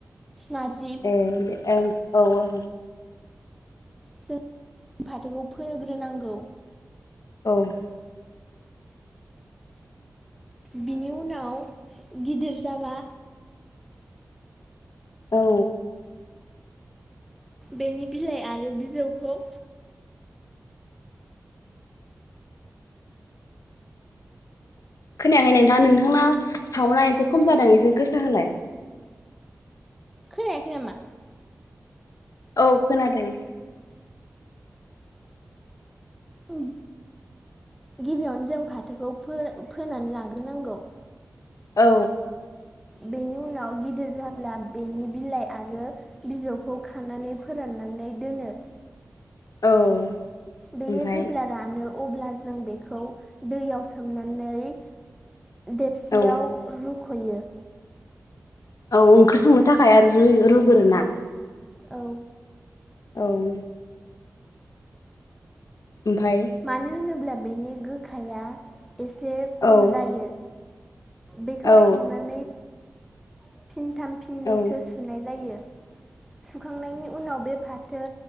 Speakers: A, in the centre; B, on the left (about 75°).
A: नारजि
B: ए दे ओं औ औ
A: जों फाथोखौ फोग्रोनांगौ
B: ओं
A: बिनि उनाव गिदिर जाबा
B: औ
A: बेनि बिलाइ आरो बिजौखौ
B: खोनायाखै नोंथां नोंथांना सावुना एसे खम जादों एसे गोसा होलाय
A: खोनायाखै नामा
B: औ खोनादों
A: <unintelligible> गिबियावनो जों फाथोखौ फो फोनानै लाग्रोनांगौ
B: औ
A: बेनि उनाव गिदिर जाब्ला बेनि बिलाइ आरो बिजौखौ खानानै फोराननानै दोनो <inaudible>
B: औ
A: बेयो
B: ओमफ्राय
A: जेब्ला रानो अब्ला जों बेखौ दैयाव सोमनानै देबसियाव
B: औ
A: रुख'यो
B: औ ओंख्रि संनो थाखाय आरो रूयो रुगोरो ना
A: औ
B: औ नों ओमफ्राय
A: मानो होनोब्ला बेनि गोखाया एसे खम
B: औ
A: जायो बेखौ
B: औ
A: खांनानै फिनथाम फिनैसो
B: औ
A: सुनाय जायो सुखांनायनि उनाव बे फाथो